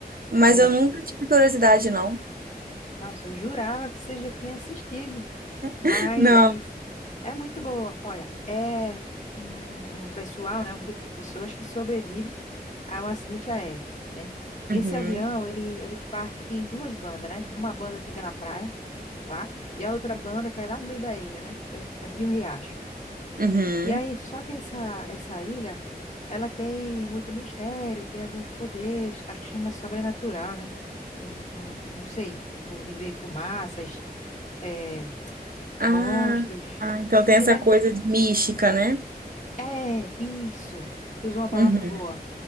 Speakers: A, on the right; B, on the left.
A: Mas
B: É.
A: eu nunca tive curiosidade, não.
B: Nossa, eu jurava que você já tinha assistido, mas
A: <laughs> Não.
B: é muito boa. Olha, é um, um- um pessoal, né, um grupo de pessoas que sobrevive a um acidente aéreo, né? E
A: Uhum.
B: esse avião, ele, ele parte em duas bandas, né? Uma banda fica na praia, lá, e a outra banda cai lá no meio da ilha, né? Perto, perto de um riacho.
A: Uhum.
B: E aí, só que essa, essa ilha, ela tem muito mistério, tem alguns poderes, acho que chama sobrenatural, né? Não, não, não sei, tipo, de ver fumaças, eh,
A: Ah,
B: monstros,
A: ah, então
B: tá
A: tem
B: entendendo?
A: essa coisa de mística, né?
B: É, isso, tu usou uma palavra
A: Uhum.
B: boa.